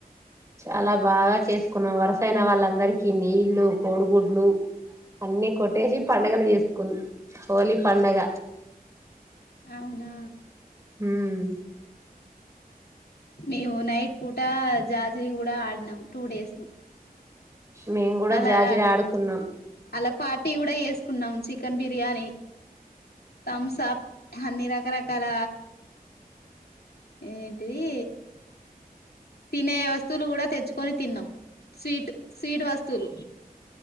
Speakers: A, on the right; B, on the left.
A: చాలా బాగా చేసుకున్నాం వరుసన వాళ్ళందరికీ నీళ్లు కోడుగుడ్లు అన్ని కొట్టేసి పడుగలు చేసుకున్నా హోలీ పండగ
B: అవునా
A: ఉమ్
B: మేము నైట్ పూట జాజరి కూడా ఆడినాం టూ డేస్
A: మేము కూడా
B: అలా
A: జాజిరా ఆడుకున్నాం
B: అలా పార్టీ కూడా వేసుకున్నాం చికెన్ బిర్యానీ థమ్సాప్ అన్ని రకరకాల ఏంటిది తినే వస్తువులు కూడా తెచ్చుకొని తిన్నాం స్వీట్ స్వీట్ వస్తువులు